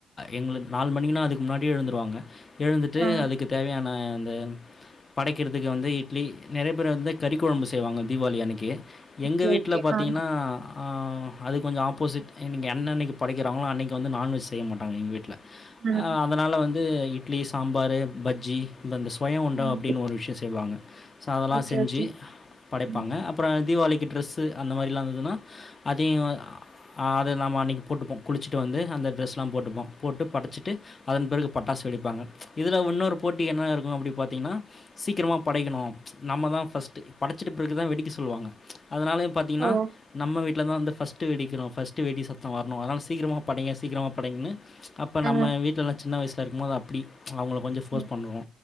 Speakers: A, on the left (about 35°); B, on the right (about 45°).
A: எங்கலு நாலு மணிக்குனா அதுக்கு முன்னாடியே எழுந்துருவாங்க எழுந்துட்டு
B: ஆ
A: அதுக்கு தேவையான அந்த படைக்கிறதுக்கு வந்து இட்லி நெறைய பேர் வந்து கறிக்கொழம்பு செய்வாங்க தீபாவளி அன்னைக்கி
B: ஓகே
A: எங்க வீட்ல
B: ஓகே
A: பாத்திங்ன்னா
B: ஆ
A: ஆ அது கொஞ்ஜோ ஆப்போஸிட் இன்னக் என்ன என்னைக்கு படிக்றாங்களோ அன்னைக்கு வந்து நான்வெஜ் செய்யமாட்டாங்க எங்க வீட்ல
B: ம்
A: ஆ அதனால வந்து இட்லி சாம்பாரு பஜ்ஜி இந்தந்த ஸ் பயோ உண்டா
B: ம்
A: அப்டின்னு ஒரு விஷ்யோ செய்வாங்க ஸோ அதெல்லா
B: ஓகே
A: செஞ்சு
B: ஓகே
A: படைப்பாங்க
B: ம்
A: அப் அப்ரோ தீபாவளிக்கு ட்ரெஸ்ஸு அந்த மாரிலா இருந்துன்னா அதையு ஆது நம்ம அன்னைக்கி போட்டுப்போ குளிச்சிட்டு வந்து அந்த ட்ரெஸ்லா போட்டுப்போ போட்டு படச்சிட்டு அதன் பிறகு பட்டாசு வெடிப்பாங்க இதுல இன்னொரு போட்டி என்ன இருக்கு அப்டி பாத்திங்கன்னா சீக்ரமா படைக்கணு நம்ம தா ஃபர்ஸ்ட்டு படைச்சுட்டு பிறகுதா வெடிக்க சொல்லுவாங்க அதனால பாத்திங்கன்னா
B: ஓ
A: நம்ம வீட்ல தா வந்து ஃபஸ்ட்டு வெடிக்கணு ஃபஸ்ட்டு வேடி சத்தோ வரனு அதனால சீக்ரமா படைங்க சீக்ரமா படைங்கனு அப் அப்போ
B: ஆ
A: நம்ம வீட்லலா சின்ன வயசில இருக்கும்போது அப்டி அவங்கள கொஞ்ஜோ ஃபோர்ஸ்
B: ம்
A: பண்ணுவோ